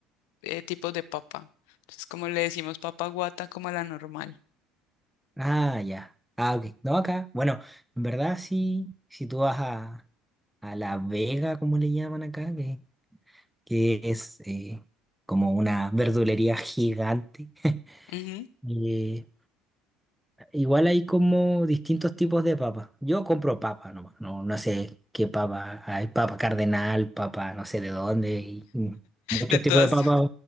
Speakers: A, on the left; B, in the centre.
A: eh, tipos de papa. Entonces, como le decimos papa guata, como a la normal.
B: Ah, ya. Ah, ok. No, acá. Bueno, en verdad sí, si tú vas a, a La Vega, como le llaman acá, que, que es eh, como una verdulería gigante. <laughs>
A: Ujú,
B: eh, Igual hay como distintos tipos de papas. Yo compro papa nomás. No, no sé qué papa. Hay papa cardenal, papa no sé de dónde. y- y muchos
A: De todas.
B: tipos de papas.